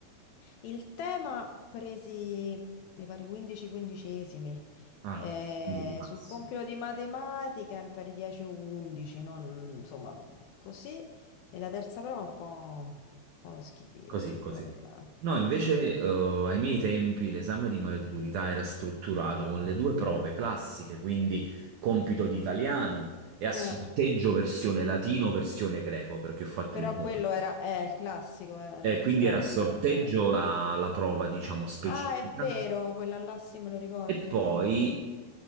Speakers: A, on the left (about 75°); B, on the right (about 80°).
A: il tema presi, mi pare, 15 quindicesimi,
B: Ah,
A: eh,
B: il massimo.
A: sul compito di matematica mi pare 10 o 11, non, insomma, così. E la terza prova è un po', un po' uno schifo,
B: Così,
A: ti dico
B: così.
A: la verità.
B: No, invece,
A: Sì.
B: eh, ai miei tempi l'esame di maturità era strutturato con le due prove classiche, quindi compito di italiano e a sorteggio
A: Eh.
B: versione latino, versione greco, perché ho fatto
A: Però
B: il liceo.
A: quello
B: classico.
A: era eh, il classico, eh,
B: E
A: per
B: quindi
A: il classico.
B: era a sorteggio
A: eh.
B: la, la prova, diciamo, specifica.
A: Ah, è vero, quella là sì, me lo ricordo,
B: E poi
A: hai ragione.